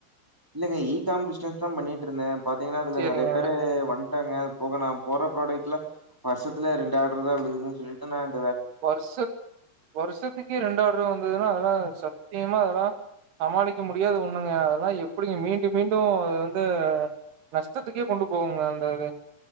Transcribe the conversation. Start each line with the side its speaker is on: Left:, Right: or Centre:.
Centre: இல்லங்க இ காம் பிசினஸ் தா பண்ணிட்டிருந்தே பாத்தீங்கன்னா அதுல
Right: சேரிங்க
Centre: நெறைய பேரு வண்டாங்க போக நா போற ப்ராடக்ட்ல வருஷத்துல ரெண்டு ஆர்டர் தா விழுக்குதுன் சொல்லிட்டு நான்
Right: வருஷத் வருஷத்துக்கே ரெண்டு ஆர்டர் வந்தது னா அதெல்லா சத்தியமா அதெல்லா சமாளிக்க முடியாத ஒண்ணுங்க அதெல்லா எப்படிங்க மீண்டு மீண்டு அது வந்து நஷ்டத்துக்கே கொண்டு போகுங்க அந்த இது